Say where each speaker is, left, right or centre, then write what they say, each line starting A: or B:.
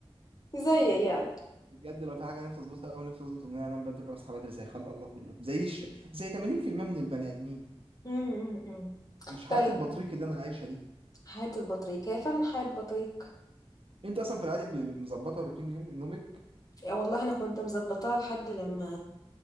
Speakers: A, on the left; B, on the right.
A: زي
B: ف ف-
A: يعني
B: بجد لو في حاجه نفسي اظبطها قوي نفسي اظبط ان انا انام بدري واصحى بدري زي خلق الله كلهم زي ش... زي 80% من البني ادمين
A: مم. مم.
B: مش حياه
A: طيب
B: البطريق اللي انا عايشها دي
A: حياة البطريق هي فعلا حياة بطريق
B: انت اصلا في العادي ب- مظبطه روتين يوم نومك
A: يا والله انا كنت مظبطاها لحد لما